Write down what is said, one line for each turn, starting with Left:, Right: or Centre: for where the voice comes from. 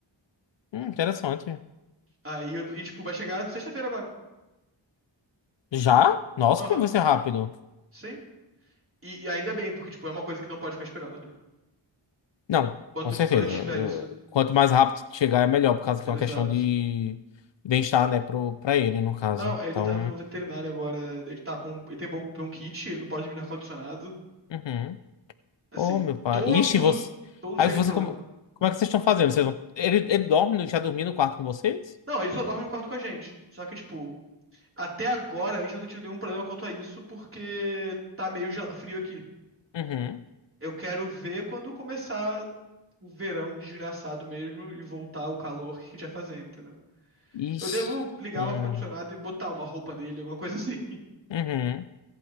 Left: Hum, interessante.
Right: Aí eu. tô- E, tipo, vai chegar sexta-feira agora.
Left: Já? Nossa,
Right: Aham,
Left: como vai ser rápido.
Right: sim. E, e ainda bem, porque, tipo, é uma coisa que não pode ficar esperando, né?
Left: Não,
Right: Quanto
Left: com certeza.
Right: antes tiver
Left: Eu-
Right: isso.
Left: Quanto mais rápido chegar, é melhor, por causa
Right: Exato.
Left: que é uma questão de bem-estar, né, pro, pra ele, no caso.
Right: Não,
Left: Então,
Right: ele tá no veterinário agora. Ele tá com. Ele tem bron- bronquite, ele não pode dormir no ar-condicionado.
Left: uhum.
Right: Assim,
Left: Oh, meu pai.
Right: todo.
Left: Ixi, você...
Right: Todo
Left: Aí
Right: cheio
Left: você,
Right: de problema.
Left: como... Como é que vocês estão fazendo? Vocês vão- Ele, ele dorme, no- já dormiu no quarto com vocês?
Right: Não, ele só dorme no quarto com a gente. Só que, tipo, até agora a gente não tem tido nenhum problema quanto a isso, porque tá meio gel- frio aqui.
Left: Uhum.
Right: Eu quero ver quando começar o verão desgraçado mesmo e voltar o calor que a gente vai fazer, entendeu?
Left: Ixi.
Right: Eu devo ligar
Left: Hum.
Right: o ar-condicionado e botar uma roupa nele, alguma coisa assim. <laughs>
Left: Uhum.